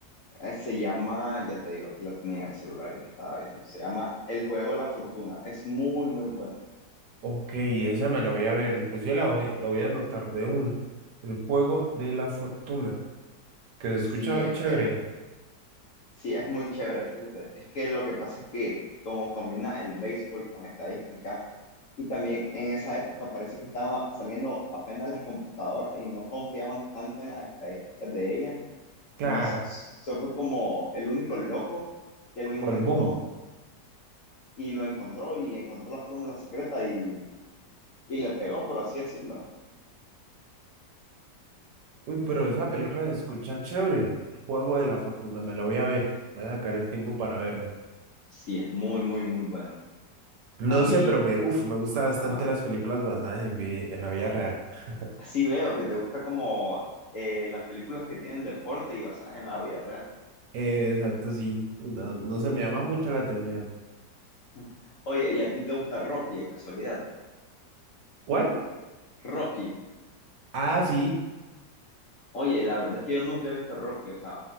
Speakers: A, on the left; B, on the right.
A: Eh, Se llama, ya te digo, aquí la tenía en el celular y la estaba viendo. Se llama El Juego de la Fortuna. Es muy, muy bueno.
B: Ok, esa me la voy a ver, inclusive la voy, la voy a anotar de una. El juego de la fortuna, que se escucha
A: Sí, es
B: chévere,
A: que sí, es muy chévere, fíjate. Es que lo que pasa es que como combina el béisbol con la estadística y también en esa época parece que estaban a- saliendo apenas las computadoras y no confiaban tanto en las estadísticas de ellas.
B: claro,
A: Entonces, eso fue como el único loco que
B: como
A: lo intentó
B: el boom.
A: y lo encontró y encontró la fórmula secreta y, y le pegó, por así decirlo.
B: Uy, pero esa película se escucha chévere. El juego de la fortuna, me la voy a ver. Voy a sacar el tiempo para verme.
A: Sí, es muy, muy, muy buena.
B: No
A: A mí,
B: sé, pero me, uf, me gustan bastante
A: ajá.
B: las películas basadas en, vi- en la vida real. <laughs>
A: Así veo que te gusta como eh, las películas que tienen deporte y basadas en la vida real.
B: Eh, exacto, sí. No, no se me llama mucho la atención.
A: <laughs> Oye, ¿y a ti te gusta Rocky de casualidad?
B: ¿Cuál?
A: Rocky.
B: Ah, sí.
A: Oye, la verdad es que yo nunca he visto Rocky, o sea,